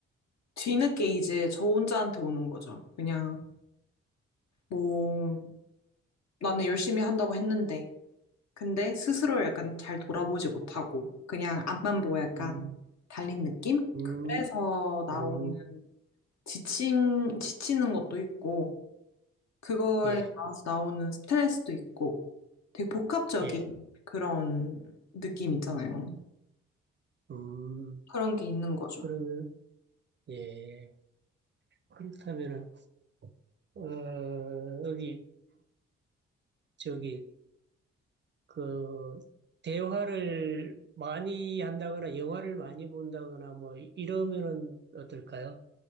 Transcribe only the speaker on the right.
음
음,
음,
예,
예,
음,
그러면, 예. 그렇다면은 어, 여기 저기 그 대화를 많이 한다거나 영화를 많이 본다거나 뭐 이러면은 어떨까요?